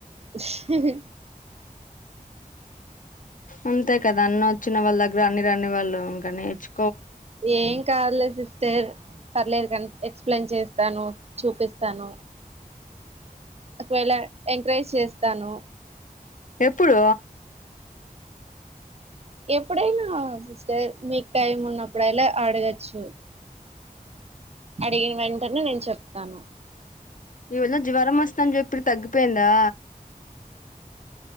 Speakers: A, on the right; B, on the left.
A: హా
B: అంతే కదా అన్ని వచ్చిన వాళ్ళ దగ్గర అన్ని రాని వాళ్ళు ఇంకా నేర్చు
A: ఏం కాదులే సిస్టర్ పర్లేదు కానీ ఎక్స్ప్లెయిన్ చేస్తాను చూపిస్తాను ఒకవేళ ఎంకరేజ్ చేస్తాను
B: ఎప్పుడు
A: ఎప్పుడైనా సిస్టర్ మీకు టైమ్ ఉన్నప్పుడైలా అడగచ్చు అడిగిన వెంటనే నేను చెప్తాను
B: మీ వదినకు జ్వరం వస్తుం అని జెప్పినవ్ తగ్గిపోయిందా